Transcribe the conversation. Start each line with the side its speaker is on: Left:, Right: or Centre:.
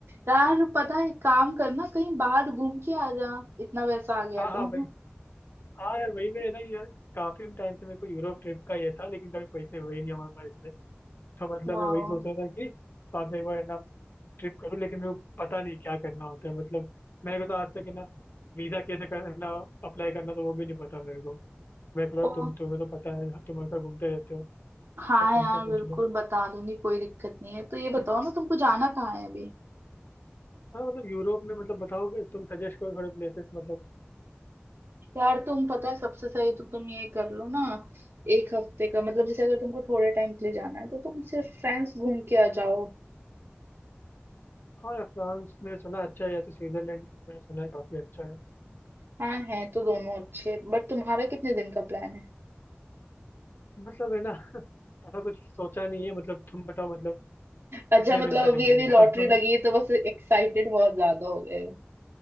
Right: यार पता है एक काम करना कहीं बाहर घूम के आ जा इतना पैसा आ गया
Left: हाँ हाँ
Right: तो
Left: भाई हाँ यार वही मैं ना यार काफी टाइम से मेरे को यूरोप ट्रिप का ये था लेकिन कभी पैसे हुए ही नहीं हमारे पास में तो मतलब
Right: वाओ
Left: मैं वही सोच रहा था कि बाद में एक बार है ना ट्रिप करूँ लेकिन मेरे को पता नहीं क्या करना होता है मतलब मेरे को तो आज तक है ना वीजा कैसे करना अप्लाई करना तो वो भी नहीं पता मेरे को मैं कह रहा
Right: ओ
Left: हूँ तुम तुम्हें तो पता है तुम अक्सर घूमते रहते हो
Right: हाँ
Left: तो तुमसे
Right: यार
Left: पूछ
Right: बिल्कुल
Left: लो
Right: बता दूंगी कोई दिक्कत नहीं है तो ये बताओ ना तुमको जाना कहाँ है अभी
Left: हाँ मतलब यूरोप में मतलब बताओगे तुम सजेस्ट करो थोड़े प्लेसेस मतलब
Right: यार तुम पता है सबसे सही तो तुम ये कर लो ना एक हफ्ते का मतलब जैसे अगर तुमको थोड़े टाइम के लिए जाना है तो तुम सिर्फ फ्रेंड्स घूम के आ जाओ
Left: हाँ या फ्रांस में सुना अच्छा है या तो स्विट्जरलैंड मैंने सुना है काफी अच्छा है
Right: हाँ है तो दोनों अच्छे बट तुम्हारा कितने दिन का प्लान है
Left: मतलब है ना <laughs> ऐसा कुछ सोचा नहीं है मतलब तुम बताओ मतलब
Right: अच्छा
Left: कितने
Right: मतलब
Left: दिन का सही
Right: अभी अभी
Left: रहेगा
Right: लॉटरी लगी है तो
Left: <laughs>
Right: बस एक्साइटेड बहुत ज्यादा हो गए हो